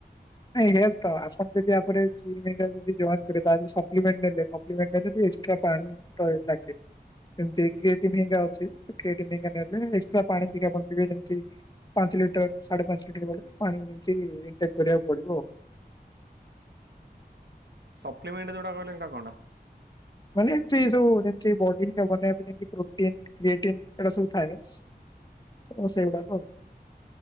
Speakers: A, on the left (about 25°); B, on the right (about 85°).
A: ନାଇଁ ଏୟାତ ଆପଣ ଯଦି ୟାପରେ ଜିମ ହେରିକା ଯଦି ଜଏନ କରିବେ ତାହେଲେ ସପ୍ଲିମେଣ୍ଟ ନେଲେ ସପ୍ଲିମେଣ୍ଟା ଯଦି ଏଷ୍ଟ୍ରା ପାଣି ତ ଲାଗେ। ସେମିତି କ୍ରିଏଟିନ ଅଛି କ୍ରିଏଟିନ ହେରିକା ନେଲେ ଏକ୍ସଟ୍ରା ପାଣି ଟିକେ ପିଇବେ ଯେମିତି ପାନ ପାଞ୍ଚ ଲିଟର ସାଢ଼େ ପାଞ୍ଚ ଲିଟର <unintelligible> ପାଣି ଯେମିତି ମେଣ୍ଟେନ୍ କରିବାକୁ ପଢ଼ିବ।
B: ସପ୍ଲିମେଣ୍ଟ ଯୋଉଟା କହିଲେ ହେଟା କଣ ଟା?
A: ମାନେ ଏମିତି ସବୁ ଯେମିତି ବଡି ବନେଇ ପାଇଁ ଯେମତି ପ୍ରୋଟିନ୍ କ୍ରିୟେଟିନ୍ ଏଡା ସବୁ ଥାଏ। ତ ସେଇଗୁଡ଼ାକ ଆଉ।